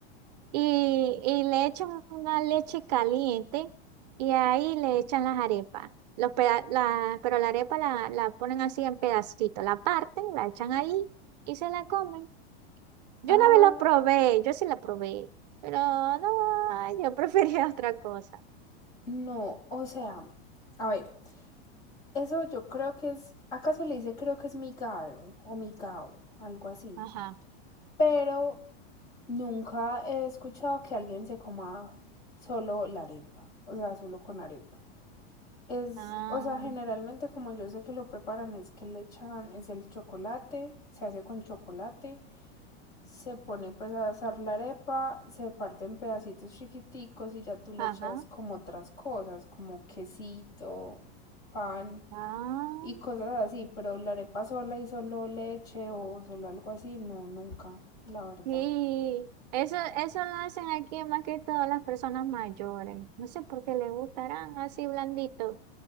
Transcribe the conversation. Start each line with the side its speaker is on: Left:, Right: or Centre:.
Right: y, y le echan una leche caliente y ahí le echan las arepas. Los peda- la- pero la arepa la, la ponen así en pedacitos, la parten, la echan ahí y se la comen. Yo
Left: Ah,
Right: una vez la probé, yo sí la probé, pero no, ay, yo prefería <laughs> otra cosa.
Left: no, o sea, a ver. Eso yo creo que es, acá se le dice creo que es migado o migao, algo así.
Right: Ajá.
Left: Pero nunca he escuchado que alguien se coma solo la arepa, o sea, solo con arepa. Es,
Right: Ah,
Left: o sea, generalmente como yo sé que lo preparan es que le echan, es el chocolate, se hace con chocolate, se pone pues a asar la arepa, se parte en pedacitos chiquiticos y ya tú le
Right: ajá.
Left: echas como otras cosas, como quesito, pan,
Right: Ah.
Left: y cosas así, pero la arepa sola y solo leche o solo algo así, no, nunca, la verdad.
Right: Sí, eso, eso lo hacen aquí más que todas las personas mayores. No sé por qué les gustarán así blandito.